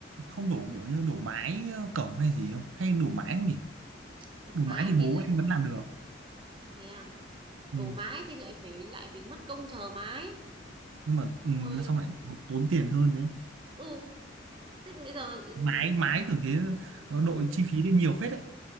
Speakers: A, on the right; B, on the right.
A: không đổ kiểu như đổ mái cổng hay gì không hay đổ mái không nhỉ
B: Đổ
A: đổ
B: mái
A: mái thì
B: thì
A: bố
B: lại,
A: em vẫn làm được
B: thế à,
A: ừ.
B: đổ mái thì lại phải, lại phải mất công chờ mái.
A: nhưng mà
B: Xong
A: ừ, nó
B: rồi,
A: xong lại tốn tiền hơn đấy
B: ừ, thế bây giờ ừ,
A: mái mái tưởng thế nó đội chi phí lên nhiều phết đấy